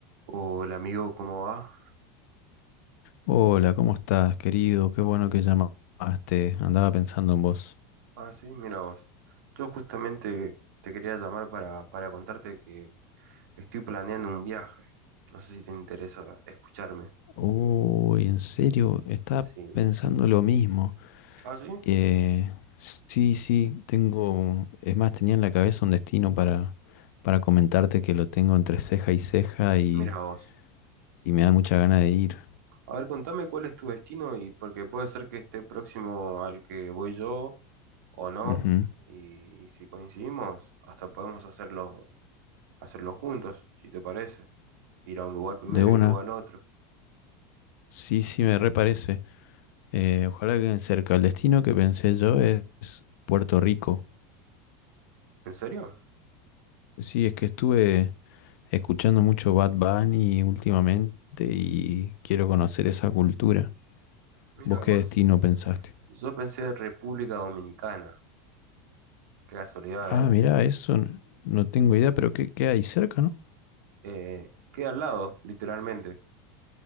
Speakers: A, on the right; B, on the left.
A: Hola amigo, ¿cómo va?
B: Hola, ¿cómo estás, querido? Qué bueno que llamaste. Andaba pensando en vos.
A: Ah, sí, mira vos. Yo justamente te quería llamar para, para contarte que estoy planeando un viaje. No sé si te interesa escucharme.
B: Uy, en serio, estaba
A: Sí.
B: pensando lo mismo.
A: Ah, sí,
B: Eh, sí, sí, tengo... Es más, tenía en la cabeza un destino para, para comentarte que lo tengo entre ceja y ceja y,
A: mira vos.
B: y me da mucha gana de ir.
A: A ver, contame cuál es tu destino y porque puede ser que esté próximo al que voy yo o no.
B: Ujú,
A: Y si coincidimos, hasta podemos hacerlo, hacerlo juntos, si te parece. Ir a un lugar primero
B: De una.
A: y luego al otro.
B: Sí, sí, me reparece. Eh, ojalá que cerca. El destino que pensé yo es Puerto Rico.
A: ¿En serio?
B: Sí, es que estuve... escuchando mucho Bad Bunny últimamente y quiero conocer esa cultura.
A: Mira
B: ¿Vos qué
A: vos.
B: destino pensaste?
A: Yo pensé República Dominicana. Qué casualidad,
B: Ah,
A: ¿eh?
B: mirá, eso n- no tengo idea, pero ¿qué, qué hay cerca, no?
A: Eh, queda al lado, literalmente.